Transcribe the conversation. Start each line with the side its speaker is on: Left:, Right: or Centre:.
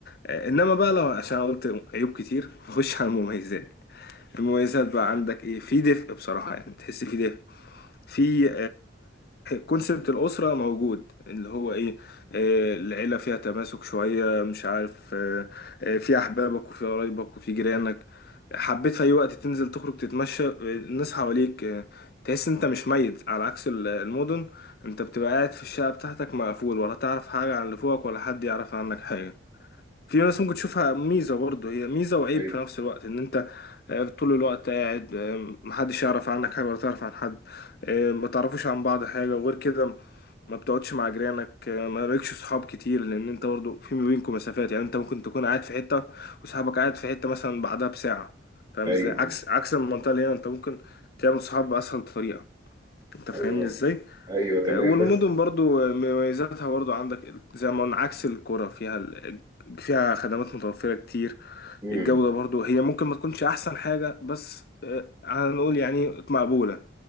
Left: آه، انما بقى لو عشان قلت عيوب كتير <laughs> نخش على المميزات المميزات بقى عندك ايه في دفء بصراحة يعني تحس في دفء في كونسبت الأسرة موجود اللي هو ايه آه، العيلة فيها تماسك شوية مش عارف آه، آه، في أحبابك وفي قرايبك وفي جيرانك حبيت في أي وقت تنزل تخرج تتمشى آه، الناس حواليك آه، تحس انت مش ميت على عكس ال- المدن انت بتبقى قاعد في الشقة بتاعتك مقفول ولا تعرف حاجة عن اللي فوقك ولا حد يعرف عنك حاجة في ناس ممكن تشوفها ميزة برضه هي ميزة وعيب
Right: ايوه
Left: في نفس الوقت ان انت آه، طول الوقت قاعد آه، محدش يعرف عنك حاجة ولا تعرف عن حد آه، ما تعرفوش عن بعض حاجة وغير كده ما بتقعدش مع جيرانك آه، ما لكش صحاب كتير لان انت برضه في ما بينكم مسافات يعني انت ممكن تكون قاعد في حتة وصاحبك قاعد في حتة مثلا بعدها بساعة فاهم
Right: ايوه
Left: ازاي عكس
Right: ايوه
Left: عكس المنطقة اللي هنا انت ممكن تعمل صحاب بأسهل طريقة انت فاهمني
Right: ايوه
Left: ازاي
Right: أيوه، تمام
Left: والمدن
Right: بس
Left: برضو مميزاتها برضو عندك زي ما قلنا عكس القرى فيها ال- فيها خدمات متوفرة كتير
Right: امم
Left: الجودة برضو هي ممكن ما تكونش أحسن حاجة بس آه، هنقول يعني مقبولة